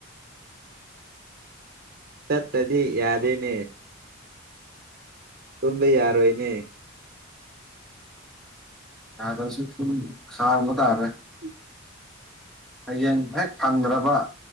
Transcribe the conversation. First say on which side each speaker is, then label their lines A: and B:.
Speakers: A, on the right; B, in the centre.
A: ꯆꯠꯇꯗꯤ ꯌꯥꯗꯦꯅꯦ ꯔꯝꯕ ꯌꯥꯔꯏꯅꯦ
B: ꯌꯥꯗꯁꯨ ꯊ ꯈꯥꯔ ꯃ ꯇꯔꯦ
A: ꯎ
B: ꯍꯌꯦꯡ ꯍꯦꯛ ꯐꯪꯗ꯭ꯔꯕꯠ